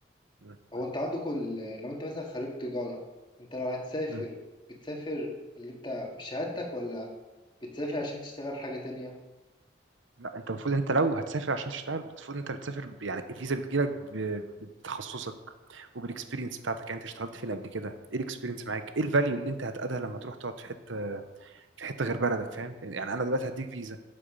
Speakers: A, on the right; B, on the left.
A: مم. مم.
B: هو انت عندكم ال- لو انت مثلا خريج تجارة انت لو هتسافر
A: مم.
B: بتسافر اللي انت بشهادتك ولا بتسافر عشان تشتغل حاجة تانية
A: لا انت المفروض انت لو هتسافر عشان تشتغل المفروض انت بتسافر ب- يعني الفيزا بتجيلك ب- بتخصصك وبالاكسبيرينس بتاعتك يعني انت اشتغلت فين قبل كده ايه الاكسبيرينس معاك ايه الفاليو اللي انت هتقدها لما تروح تقعد في حته في حته غير بلدك فاهم يعني انا دلوقتي هديك فيزا